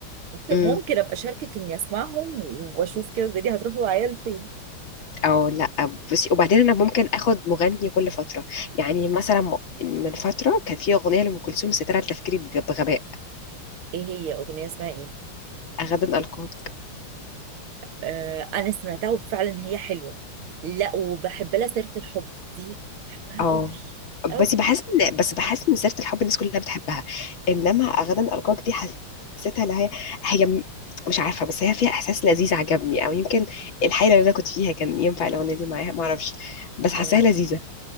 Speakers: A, on the right (about 80°); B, on the left (about 65°).
A: ممكن
B: امم
A: ممكن ابقى اشاركك اني اسمعهم واشوف كده الدنيا هتروح معايا لفين
B: او لا بس وبعدين انا ممكن اخد مغني كل فتره يعني مثلا م- من فتره كان في اغنيه لام كلثوم سترة تفكيري بج- بغباء
A: ايه هي اغنيه اسمها ايه
B: غدا القاك
A: آه، انا سمعتها وفعلا هي حلوه لا وبحب لها سيره الحب دي بحبها
B: اه
A: قوي
B: بس
A: قوي
B: بحس ان بس بحس ان سيره الحب الناس كلها بتحبها انما
A: جدا
B: غدا القاك دي حسيتها اللي هي هي م- مش عارفه بس هي فيها احساس لذيذ عجبني او يمكن الحيله اللي انا كنت فيها كان ينفع الاغنيه دي معاها ما اعرفش بس حاساها
A: اه
B: لذيذه